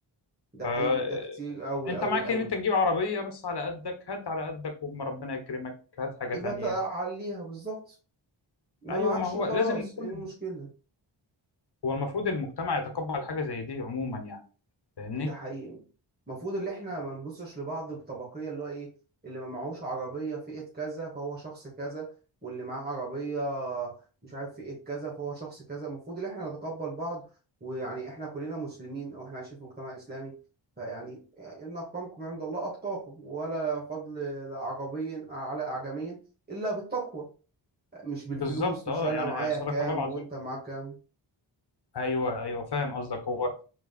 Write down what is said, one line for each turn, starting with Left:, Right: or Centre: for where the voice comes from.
Right: ده
Left: فانت
Right: حقيقي ده كتير أوي أوي
Left: معاك
Right: أوي
Left: ان انت تجيب عربيه بس على قدك هات على قدك وما ربنا يكرمك هات حاجه
Right: يبقى
Left: تانية
Right: تعليها بالظبط ما
Left: ايوه
Right: معكش
Left: ما هو
Right: خلاص
Left: لازم نكون
Right: ايه المشكلة
Left: هو المفروض المجتمع يتقبل حاجه زي دي عموما يعني فاهمني
Right: ده حقيقي المفروض اللي احنا ما نبصش لبعض بطبقية اللي هو ايه اللي ما معهوش عربية فئة كذا فهو شخص كذا واللي معاه عربية مش عارف فئة كذا فهو شخص كذا المفروض اللي احنا نتقبل بعض ويعني احنا كلنا مسلمين او احنا عايشين في مجتمع اسلامي فيعني ان اكرمكم عند الله اتقاكم ولا فضل عربي على اعجمي الا بالتقوى مش بالفلوس
Left: فبالظبط
Right: مش
Left: اه
Right: انا
Left: يعني
Right: معايا
Left: صدق
Right: كام
Left: الله العظيم
Right: وانت معاك كام
Left: ايوه ايوه فاهم قصدك هو